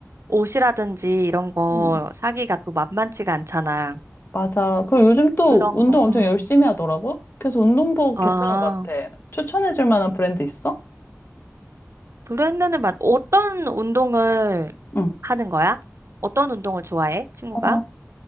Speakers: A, on the right (about 60°); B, on the left (about 45°).
A: 옷이라든지 이런 거
B: 응.
A: 사기가 또 만만치가 않잖아.
B: 맞아. 그리고 요즘 또
A: 그런
B: 운동
A: 거,
B: 엄청
A: 음.
B: 열심히 하더라고? 그래서 운동복
A: 아,
B: 괜찮은 것 같아. 추천해줄 만한 브랜드 있어?
A: 브랜드는 맞, 어떤 운동을
B: 응.
A: 하는 거야? 어떤 운동을 좋아해, 친구가?
B: 어,